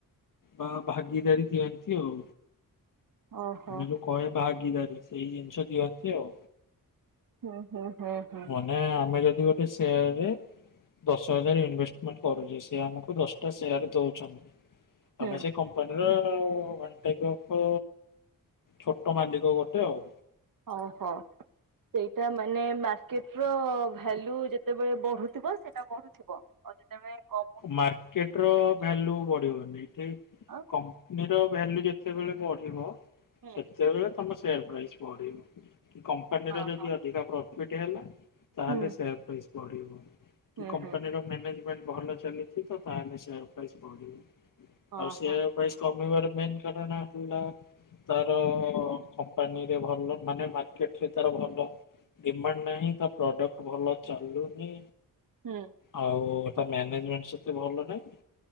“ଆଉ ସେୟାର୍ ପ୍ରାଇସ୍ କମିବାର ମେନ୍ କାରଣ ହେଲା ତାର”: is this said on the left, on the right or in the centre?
Left